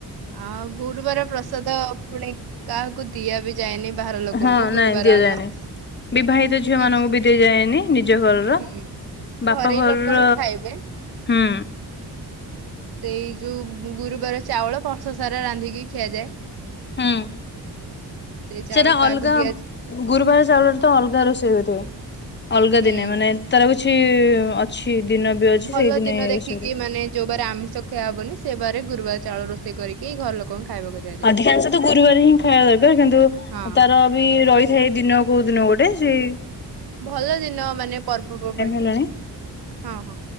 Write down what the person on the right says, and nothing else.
ଆଉ ଗୁରୁବାର ପ୍ରସାଦ ପୁଣି କାହାକୁ ଦିଆ ବି ଯାଏନି ବାହାର ଲୋକଙ୍କୁ
ଗୁରୁବାର
ଅନ୍ନ
ନିଜ
ହୁଁ
ଘରେ
ଲୋକ ହିଁ ଖାଇବେ
ସେଇ ଯୋଉ ଗୁରୁବାର ଚାଉଳ ବର୍ଷ ସାରା ରାନ୍ଧିକି ଖିଆଯାଏ।
ସେଇ ଚାଉଳ
କାହାକୁ
ଦିଆଯାଏ
ହୁଁ
ଭଲ
ଦିନ ଦେଖିକି
ମାନେ ଯୋଉବାର ଆମିଷ ଖିଆ ହବନି ସେ ବାରେ ଗୁରୁବାର ଚାଉଳ ରୋଷେଇ କରିକି ଘର ଲୋକଙ୍କୁ ଖାଇବାକୁ ଦିଆଯାଏ।
ହଁ
ଭଲ ଦିନ ମାନେ ପର୍ବପର୍ବାଣି
ହଁ ହଁ।